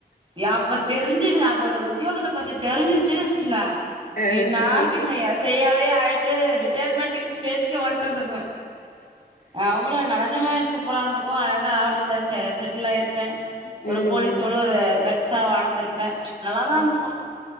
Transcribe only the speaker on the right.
யாப்பத்தெரிஞ்சுது <unintelligible> அதோட உத்தியோகத்தை பத்தி தெரிஞ்சன்னுச்சி வச்சுக்கோங்க
இன் நேரத்துக்கு
நா எஸ்ஐ ஆவே ஆயிட்டு ரிட் ண்ட ஸ்டேஜ வன்ட்டு இருந்துக்கு அவ்வளவு நலஜமா சூப்பரா இருந்துக்கும் அழகா ஆவடி இல்ல செட்டலாயிருப்ப ப
ஒரு போலீஸோடு ஒரு கட்ஸா வாழ்ந்திருப் ப்ப நல்லா தான்
இருந்துக்கும்.